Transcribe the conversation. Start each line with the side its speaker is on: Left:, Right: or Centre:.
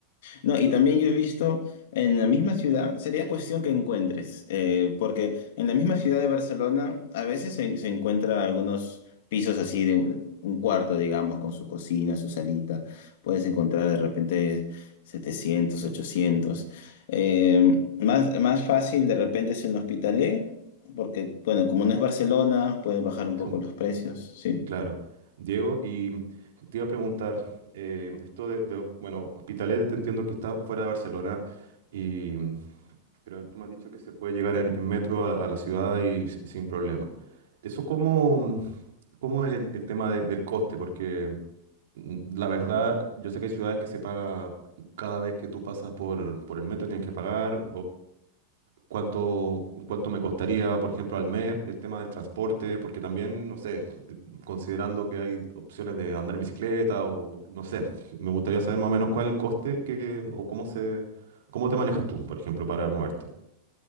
Left: No, y también yo he visto en la misma ciudad, sería cuestión que encuentres, eh, porque en la misma ciudad de Barcelona a veces se, se encuentra algunos pisos así de un, un cuarto, digamos, con su cocina, su salita. Puedes encontrar de repente setecientos ochocientos Eh, más, más fácil de repente es en Hospitalet, porque, bueno, como no es Barcelona, pueden bajar un
Right: Es
Left: poco
Right: un,
Left: los precios, ¿sí?
Right: claro. Diego, y te iba a preguntar, eh, esto de, de- bueno, Hospitalet entiendo que está fuera de Barcelona, y, pero tú me has dicho que se puede llegar en, en metro a, a la ciudad y si- sin problema. ¿Eso cómo, cómo es el, el tema de- del coste? Porque mm, la verdad, yo sé que hay ciudades que se paga cada vez que tú pasas por, por el metro, tienes que pagar, cuánto, cuánto me costaría, por ejemplo, al mes el tema del transporte, porque también, no sé, considerando que hay opciones de andar en bicicleta o, o no sé, me gustaría saber más o menos cuál es el coste que, o cómo se, cómo te manejas tú, por ejemplo, para moverte.